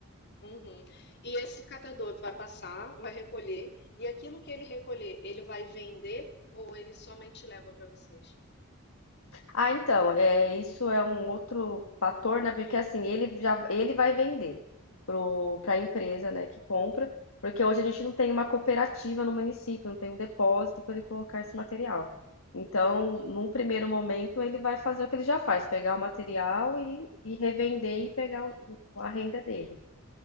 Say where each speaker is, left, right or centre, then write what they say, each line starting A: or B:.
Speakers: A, on the left; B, on the left.
A: uhum. E esse catador vai passar, vai recolher, e aquilo que ele recolher, ele vai vender ou ele somente leva para vocês?
B: Ah, então, é, isso é um outro fator, né? Porque assim, ele já ele vai vender para a empresa, né, que compra, porque hoje a gente não tem uma cooperativa no município, não tem um depósito para ele colocar esse material. Então, num primeiro momento, ele vai fazer o que ele já faz, pegar o material e, e revender e pegar o- a renda dele.